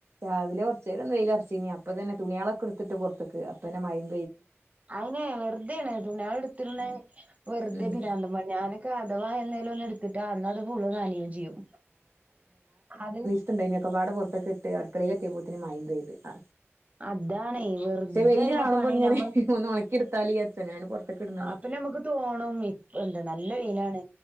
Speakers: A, on the right; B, on the right.
A: രാവിലെ കൊറച്ചേരം ഒന്ന് വെയിൽ അറച്ചീനി അപ്പൊ തന്നെ തുണിയാളെക്കെ എടുത്തിട്ട് പൊറത്ത്ക്ക് അപ്പൊ തന്നെ മയേം
B: അയിനെ വെറുതെയാണ് തുണിയാള് എടുത്തിടണേ വെറുതെയാണ്
A: ഉം
B: രണ്ടും പണി ഞാന് ക്കെ അഥവാ എന്തേലും ഒന്ന് എടുത്തിട്ടാ അന്ന് അത് ഫുളള് നനയോം ചെയ്യും അത്
A: ണ്ടായിനി ഒക്കെ പാടെ പൊറത്തക്ക്ട്ട് അടുക്കളേല് എത്തിയപ്പോത്തിന് മഴയും പെയ്ത് അ
B: അതാണേ വെറുതെ
A: പക്ഷെ വെയില്
B: അയ്മെ
A: കാണുമ്പോ
B: പണി
A: ഇങ്ങനെ
B: നമ്മള്
A: ഒന്ന് ഒണക്കി എടുത്താല് വിചാരിച്ച് അങ്ങനെയാണ്ട് പൊറത്തേക്ക് ഇടുന്നതാ
B: അപ്പ ഞമ്മക്ക് തോണും ഇപ് എന്താ നല്ല വെയിലാണ്